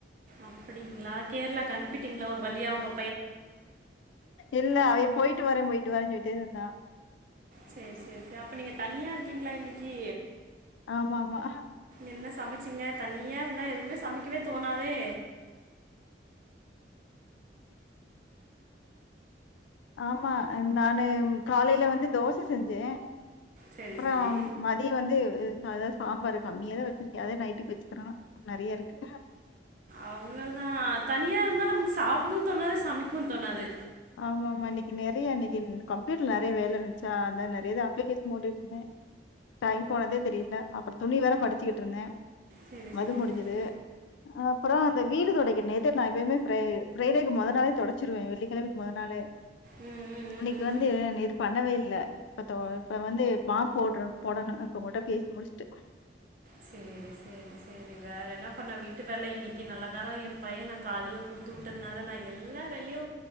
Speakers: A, on the right; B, on the left.
A: அப்டிங்களா கேரளாக்கு அனுப்பிட்டீங்களா ஒரு வழியா ஒங்க
B: இல்ல அவே போயிட்டு வர போயிட்டு வரேன்னு சொல்லிட்டே இருந்தா
A: சேர் சேரி சேரி அப்ப நீங்க தனியா இருக்கீங்களா இன்னைக்கி
B: ஆமா ஆமா
A: என்ன சமைச்சிங்க தனியா இருந்தா எதுவுமே சமைக்கவே தோணாதே
B: ஆமா நானு காலையில வந்து தோச செஞ்சே
A: சரி
B: அப்றம்
A: சரி
B: மதிய வந்து ஆ அதா சாம்பாரு கம்மியா தா வச்சிருக்கே அதே நைட்டுக் வச்சுக்கறலா நெறைய இருக்கு
A: அவ்வளோதா தனியா இருந்தா நமக்கு சாப்புடவும் தோணாது சமைக்கவும் தோணாது
B: ஆமாமா இன்னைக்கு நெறைய இன்னைக்கு கம்ப்யூட்டர்ல நெறைய வேல இருந்துச்சா அந்தா நெறைய இது அப்ளிகேஷன் போட்டுட்டு இருந்தே டைம் போனதே தெரியல அப்புறம் துணி வேற மடிச்சுக்கிட்டு இருந்தே
A: சரி
B: அது
A: சரி
B: முடிஞ்சுது
A: சரி
B: ஆ அப்புற இந்த வீடு தொடைக்க நேத்தே நா எப்பையுமே ப்ரை ஃப்ரைடேக் மொத நாளே தொடச்சிருவே வெள்ளிக்கெழம மொத நாளே
A: ம் ம் ம்
B: இன்னைக்கு வந்து
A: ம்
B: நேத்து பண்ணவே இல்ல இப்ப தொ இப்ப வந்து மாப் போடுற போடணு இப்ப உங்கக்கிட்ட பேசி முடிஸ்ட்டு
A: சேரி சேரி சேரி வேற என்ன பண்ண வீட்டு வேல இன்னைக்கு நல்லகாதா ஏ பையன கால்ல குடுத்து விட்டன்தான நா எல்லா வேலையு